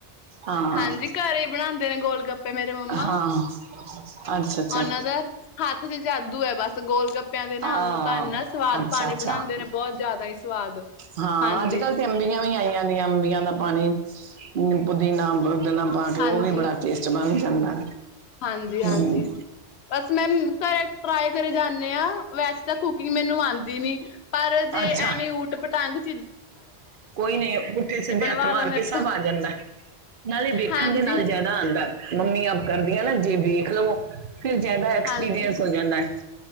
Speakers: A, on the right; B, on the left.
A: ਹਾਂ
B: ਹਾਂਜੀ ਘਰ ਹੀ ਬਣਾਉਂਦੇ ਨੇ ਗੋਲ ਗੱਪੇ ਮੇਰੇ ਮੰਮਾ
A: ਹਾਂ ਅੱਛਾ ਅੱਛਾ
B: ਉਹਨਾਂ ਦਾ ਹੱਥ ਚ ਜਾਦੂ ਐ, ਬਸ ਗੋਲ ਗੱਪ ਪਿਆਂ ਦੇ ਨਾਮ
A: ਹਾਂ
B: ਨੂੰ ਤਾਂ ਇੰਨਾ ਸਵਾਦ
A: ਅੱਛਾ
B: ਪਾਣੀ
A: ਅੱਛਾ
B: ਬਣਾਦੇ ਨੇ ਬਹੁਤ ਜ਼ਿਆਦਾ ਹੀ ਸਵਾਦ
A: ਹਾਂ
B: ਹਾਂਜੀ
A: ਅੱਜ ਕੱਲ ਤੇ ਅੰਬੀਆਂ ਵੀ ਆਈਆਂ ਦੀਆਂ ਅੰਬੀਆਂ ਦਾ ਪਾਣੀ, ਪੁਦੀਨਾ ਅੰਬ ਗਣਾ ਪਾ ਕੇ
B: ਹਾਂਜੀ
A: ਉਹ ਵੀ ਬੜਾ ਟੇਸਟ ਬਣ ਜਾਂਦਾ
B: ਹਾਂਜੀ, ਹਾਂਜੀ
A: ਹਮ,
B: ਬਸ ਮੈਮ ਘਰ ਟਰਾਏ ਕਰੇ ਜਾਂਨੇ ਆਂ। ਵੈਸੇ ਤਾਂ ਕੁਕਿੰਗ ਮੈਨੂੰ ਆਂਦੀ ਨੀ, ਪਰ ਜੇ
A: ਅੱਛਾ
B: ਐਵੇਂ ਊਟ ਪਟਾਂਗ ਜਾ
A: ਕੋਈ ਨਹੀਂ ਪੁੱਠੇ ਸਿੱਧੇ
B: ਬਣਵਾ
A: ਹੱਥ ਮਾਰ
B: ਲੋ ਮੇਰੇ
A: ਕੇ ਸਭ
B: ਤੋਂ
A: ਆ ਜਾਂਦਾ, ਨਾਲੇ ਵੇਖਣ
B: ਹਾਂਜੀ,
A: ਦੇ ਨਾਲ ਜਿਆਦਾ ਆਂਦਾ। ਮੰਮੀ ਆਪ ਕਰਦੀਆਂ ਨਾ ਜੇ ਵੇਖ ਲਵੋ ਫੇਰ ਜ਼ਿਆਦਾ ਐਕਸਪੀਰੀਐੰਸ
B: ਹਾਂਜੀ
A: ਹੋ ਜਾਂਦਾ ਹੈ।